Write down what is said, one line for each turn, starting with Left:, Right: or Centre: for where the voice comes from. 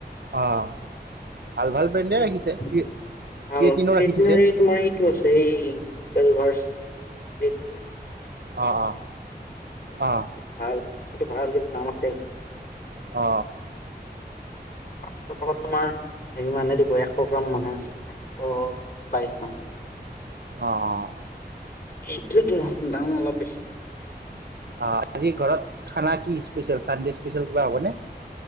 Right: অহ, ভাল ভাল ব্ৰেণ্ডে
Left: ভাল
Right: ৰাখিছে ক্ৰি- ক্ৰিয়েটিনো
Left: ক্ৰীয়েটিনৰ
Right: ৰাখি থৈছে।
Left: এই তোমাৰ সেইটো আছে এই ৱেলভাৰ্চ। ক্ৰিয়েটিনি আম।
Right: অ অ অ
Left: সেইটো ভাল সেইটো ভাল কিন্তু দাম আছে সেইটো।
Right: অ
Left: পাঁচশ টকাত তোমাৰ হেৰি মানেটো এশ গ্ৰাম মানে আছে এশ বাইশ গ্ৰাম
Right: অ অ
Left: এইটোতো দাম অলপ বেছি
Right: অ আজি ঘৰত খানা কি খানা চনৰে হব